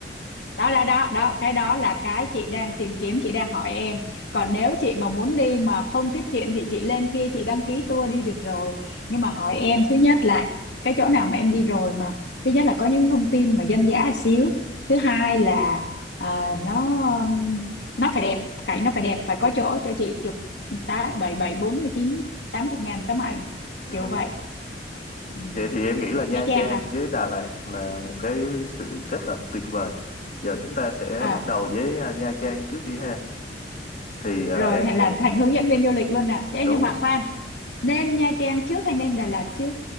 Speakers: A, on the left; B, on the left.
A: đó đó đó đó cái đó là cái chị đang tìm kiếm chị đang hỏi em còn
B: ừ.
A: nếu chị mà muốn đi mà không tiết kiệm thì chị lên kia chị đăng ký tour đi được rồi nhưng mà hỏi em thứ nhất là cái chỗ nào mà em đi rồi mà thứ nhất là có những thông tin mà dân dã xíu thứ hai là à, nó um, nó phải đẹp cảnh nó phải đẹp phải có
B: Ừ.
A: chỗ cho chị chụp tá bảy bảy bốn mươi chín tám chục ngàn tấm ảnh
B: Ừ.
A: kiểu vậy ừ.
B: Vậy thì em nghĩ là Nha
A: Nha Trang
B: Trang
A: hả
B: với Đà Lạt là một cái sự kết hợp tuyệt vời. Giờ chúng ta sẽ
A: à
B: bắt đầu với à, Nha Trang trước đi ha. Thì à,
A: rồi
B: em
A: hay
B: sẽ
A: làm thành hướng dẫn viên du lịch luôn nè Ê,
B: đúng.
A: nhưng mà khoan nên Nha Trang trước hay nên Đà Lạt trước